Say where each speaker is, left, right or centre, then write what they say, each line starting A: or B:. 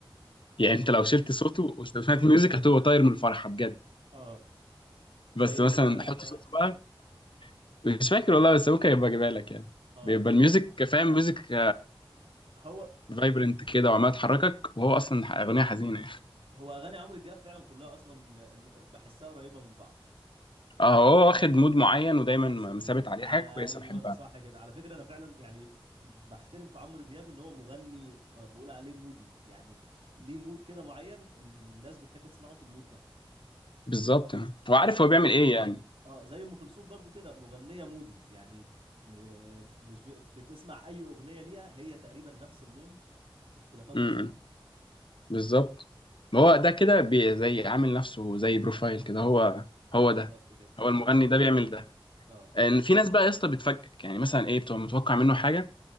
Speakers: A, on the left; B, on the right.
A: يعني انت لو شلت صوته وسمعت الميوزك هتبقى طاير من الفرحه بجد
B: اه زي
A: بس
B: ايه
A: مثلا
B: مثلا
A: حط
B: اه
A: صوته بقى مش فاكر والله بس ممكن يبقى اجيبها لك يعني
B: اه
A: بيبقى الميوزك فاهم ميوزك
B: هو
A: فايبرنت كده وعمال تحركك وهو
B: مم.
A: اصلا اغنيه حزينه
B: هو اغاني عمرو دياب فعلا كلها اصلا الم... بحسها قريبه من بعض
A: اهو واخد مود معين ودايما
B: نفس اللون
A: مثابت عليه
B: ايوه
A: حاجه كويسه بحبها
B: صح كده على فكره انا فعلا يعني بحترم في عمرو دياب ان هو مغني آه، بقول عليه مودي يعني ليه مود كده معين الناس بتحب تسمعه في المود ده
A: بالظبط هو عارف
B: زي
A: هو بيعمل ايه يعني
B: اه زي ام كلثوم برضو كده مغنيه مودي يعني م... مش ب... بتسمع اي اغنيه ليها هي تقريبا نفس اللون اختلافات
A: امم
B: بسيطة
A: بالظبط ما هو ده كده بي- زي عامل نفسه زي بروفايل كده هو هو
B: بالظبط
A: ده
B: كده
A: هو المغني
B: بالظبط
A: ده بيعمل ده
B: اه
A: ان في ناس بقى يا اسطى بتفاجئك يعني مثلا ايه بتبقى متوقع منه حاجه